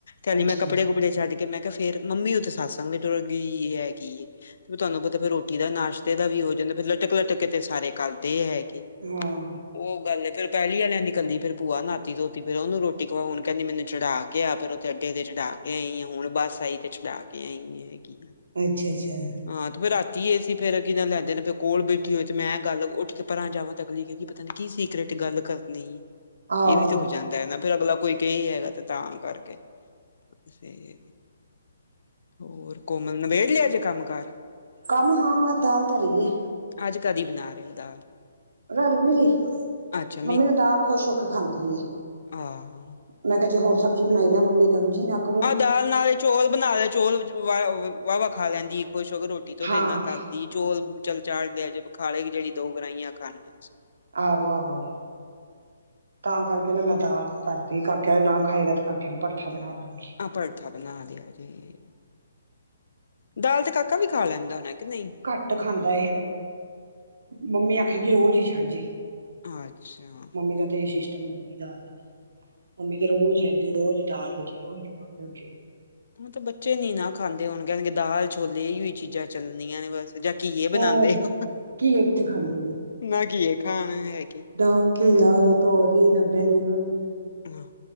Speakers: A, on the left (about 65°); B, on the right (about 75°).
A: <unintelligible>
B: ਅੱਛਾ
A: ਮੈਂ ਕੱਪੜੇ-ਕੁੱਪੜੇ ਛੱਡ ਕੇ ਮੈਂ ਕਾ ਫਿਰ ਮੰਮੀ ਉੱਥੇ ਸੱਸ ਸਤਸੰਗ ਤੇ ਤੁਰ ਗਈ ਹੈਗੀ ਏ। ਵੀ ਤੁਹਾਨੂੰ ਪਤਾ ਫਿਰ ਰੋਟੀ ਦਾ ਨਾਸ਼ਤੇ ਦਾ ਵੀ ਹੋ ਜਾਂਦਾ ਫਿਰ ਲਟਕ ਲਟਕ ਕੇ ਤੇ ਸਾਰੇ ਕਰਦੇ ਹੈਗੇ।
B: ਹਾਂ।
A: ਓ ਗੱਲ ਫਿਰ ਪਹਿਲੀ ਆਲਿਆਂ ਵੱਲ ਨਿਕਲੀ ਫਿਰ ਭੂਆ ਨਾਤੀ ਤੋਂ ਤੇ ਫਿਰ ਉਹਨੂੰ ਰੋਟੀ ਖਵਾ ਹੁਣ ਕੈਂਦੀ ਮੈਨੂੰ ਚੜਾ ਆ ਕੇ ਫਿਰ ਉੱਥੇ ਅੱਡੇ ਤੇ ਚੜਾ ਕੇ ਆਈ ਆਂ ਹੁਣ ਬਸ ਆਈ ਤੇ ਚੜਾ ਕ ਕੇ ਆਈ ਕੀ।
B: ਅੱਛਾ-ਅੱਛਾ।
A: ਹਾਂ ਤੇ ਫਿਰ ਰਾਤੀ ਏਸੀ ਫਿਰ ਕੀ ਨਾ ਲੈਂਦੇ ਨੇ ਫਿਰ ਕੋਲ ਬੈ ਥੱਕੀ ਹੋਏ ਤੇ ਮੈਂ ਗੱਲ ਉੱਠ ਕੇ ਪਰਾਂ ਜਾਵਾਂ ਤੇ ਅਗਲੀ ਕਏਗੀ ਪਤਾ ਨੀ ਕੀ ਸਿਗਰਟ ਗੱਲ ਕਰਨੀ।
B: ਆਹੋ
A: ਏ ਵੀ ਤੇ ਹੋ ਜਾਂਦਾ ਫਿਰ ਅਗਲਾ ਕੋਈ ਤੇ ਤਾਂ ਕਰਕੇ ਤੇ ਹੋਰ ਕੋਮਲ ਨਿਬੇੜ ਲਿਆ ਜੇ ਕੰਮ-ਕਾਰ
B: ਕੰਮ ਹਾਂ ਬਸ ਦਾਲ ਤਰੀ ਏ।
A: ਅੱਜ ਕਾਦੀ ਬਣਾ ਰੇ ਓ ਦਾਲ?
B: ਬਨੰਦੀ ਨਹੀਂ ਪਈ
A: ਅੱਛਾ
B: ਮੰਮੀ ਨਾਲ ਦਾਲ ਖੁਸ਼ ਹੋ ਕੇ ਖਾਂਦੀ ਏ।
A: ਹਾਂ।
B: ਮੈਂ ਕਾ ਜੇ ਹੋਰ ਸਬਜ਼ੀ ਬਣਾਈ ਨਾ ਮੰਮੀ ਨੇ ਉਂਜ ਹੀ ਨੱ
A: ਆਹ ਦਾਲ ਨਾਲੇ ਚੌਲ ਬਣਾ ਲਿਆ ਚੋਲ ਵ ਵਾਹ ਵਾਵਾ ਖਾ ਲੈਂਦੀ ਖੁਸ਼ ਹੋ ਕੇ ਰੋਟੀ ਤੋਂ
B: ਹਾਂ
A: ਤੇ ਇਨਾ ਕਰ ਦੀ ਚੋਲ ਚੱਲ ਚਾੜ ਲਿਆ ਜੇ ਖਾਲੇਗੀ ਜੇੜੀ ਦੋ ਗਰਾਹੀਆਂ ਖਾਣੀਆਂ ਸੇ।
B: ਆਹੋ ਆਹੋ ਤਾਂ ਕਰਕੇ ਨਾ ਮੈਂ ਦਾਲ ਧਰਤੀ ਕਾਕੇ ਆਂ ਨਾ ਖਾਏਗਾ ਤੇ ਕਾ ਫਿਰ ਪਰਥਾ ਬਣਾਦਾਂ ਗੀ।
A: ਆ ਪਰੜਥਾ ਬਣਾ ਦੀਆ ਜੀ। ਦਾਲ ਤੇ ਕਾਕਾ ਵੀ ਖਾ ਲੈਂਦਾ ਹੋਣਾ ਕੇ ਨਹੀਂ
B: ਘੱਟ ਖਾਂਦਾ ਇਹ ਮੰਮੀ ਆਖੇ ਕਿ ਰੋਜ਼ ਹੀ ਚੜ ਜੇ।
A: ਅੱਛਾ ਹੂੰ,
B: ਮੰਮੀ ਦਾ ਤੇ ਇਹ ਸਿਸਟਮ ਹੋ ਗਿਆ ਦਾ ਮੰਮੀ ਤੇ ਰੋਜ਼ ਰੋਜ਼ ਹੀ ਦਾਲ ਹੋ ਜੇ ਰੋਜ਼ ਹੀ ਦਾਲ ਹੋ
A: ਤਾਂ ਬੱਚੇ ਨੀ ਨਾ ਖਾਂਦੇ ਹੋਣ ਕਹਿਗੇ ਦਾਲ ਛੋਲੇ ਇਹੋ ਹੀ ਚੀਜ਼ਾਂ ਚੱਲਣਦੀਆਂ ਨੇ ਬਸ। ਜਾਂ ਕੀਏ
B: ਹੋਰ
A: ਬਣਾਉਂਦੇ ਹੋ
B: ਘੀਆ ਕਿੱਥੇ ਖਾਂਦੇ ਨੇ
A: ਨਾ ਕੀਏ ਖਾਣ ਹੈ।
B: ਨਾ ਘੀਆਂ ਧੋਰੀ ਨਾ ਬੈਂਗਣ
A: ਹਾਂ